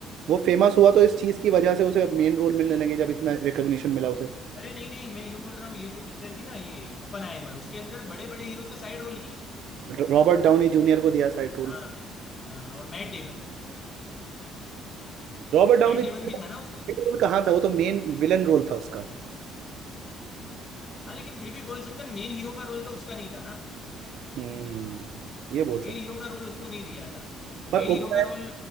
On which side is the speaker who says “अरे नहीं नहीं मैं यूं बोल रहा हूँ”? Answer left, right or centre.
Left